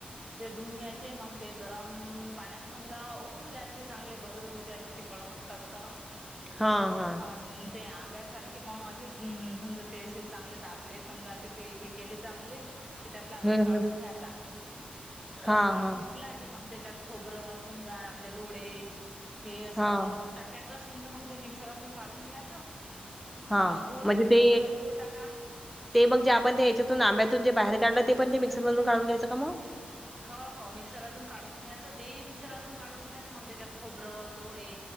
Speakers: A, on the right; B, in the centre.
A: ते धुऊून घ्यायचे मग ते गरम पाण्यात समजा उकळू द्यायचे, चांगले गल होऊ द्यायचे ते कडक असतात. त
B: हा हा
A: आणि ते आंब्यासारखे मग असे समजा ते असे चांगले दाबले समजा असे ते हे केले चांगले. कि त्यातला
B: हं,
A: रस काढून
B: हं.
A: घ्यायचा. रस
B: हां,
A: काढून
B: हां.
A: घेतला की, मग त्याच्यात खोबरं समजा आपले डोळे हे असं
B: हां,
A: टाकयचं असेल तर मग ते मिक्सरातून काढून घ्यायचं
B: हां.
A: हा गुळ
B: म्हणजे
A: टाक्याच
B: ते
A: असलं त गुळ टाका.
B: ते मग जे आपण त्या याच्यातून आंब्यातून ज बाहेर काढलं ते पण ते म्सरमधून काढून घ्यायचं का मग?
A: हो हो मिक्सरातून काढून घ्यायचं, ते मिक्सरातून काढून घ्यायचं मग त्याच्यात खोबरं डोळे